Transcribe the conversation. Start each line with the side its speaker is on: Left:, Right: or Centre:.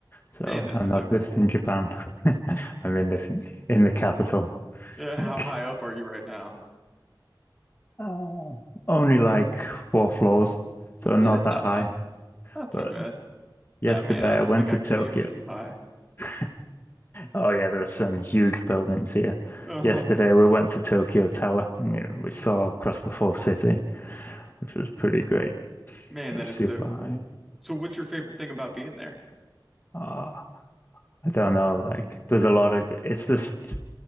Left: So
Centre: Man, that's
Left: I'm
Centre: so
Left: not just
Centre: cool.
Left: in Japan. <laughs> I'm in this in the capital.
Centre: Yeah,
Left: Like,
Centre: how high up are you right now?
Left: uh, only like four floors,
Centre: Well,
Left: so not
Centre: hey, that's
Left: that
Centre: not
Left: high.
Centre: bad. Not
Left: But
Centre: too bad.
Left: yesterday
Centre: Ah, man, I don't
Left: I went
Centre: think
Left: to
Centre: I could
Left: Tokyo
Centre: be up too high.
Left: <laughs> Oh yeah, there are some huge buildings here.
Centre: <laughs> Uh-huh.
Left: Yesterday we went to Tokyo Tower and you we saw across the full city, which was pretty great.
Centre: Man,
Left: It's
Centre: that is
Left: super
Centre: so cool.
Left: high.
Centre: So what's your favorite thing about being there?
Left: Ah, I don't know, like there's a lot of it's just